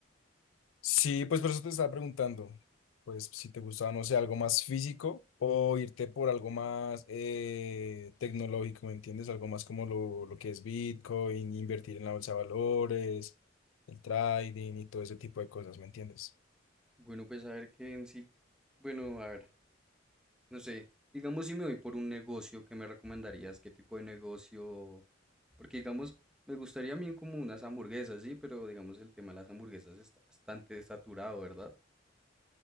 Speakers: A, on the left; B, in the centre.
A: Sí, pues por eso te estaba preguntando, pues si te gustaba, no sé, algo más físico o irte por algo más eh, tecnológico, ¿me entiendes? Algo más como lo, lo que es Bitcoin, invertir en la bolsa de valores, el trading y todo ese tipo de cosas, ¿me entiendes?
B: Bueno, pues a ver qué en sí. Bueno, a ver, no sé. Digamos, si me voy por un negocio, ¿qué me recomendarías? ¿Qué tipo de negocio? Porque, digamos, me gustaría a mí como unas hamburguesas, sí, pero digamos, el tema de las hamburguesas está bastante saturado, ¿verdad?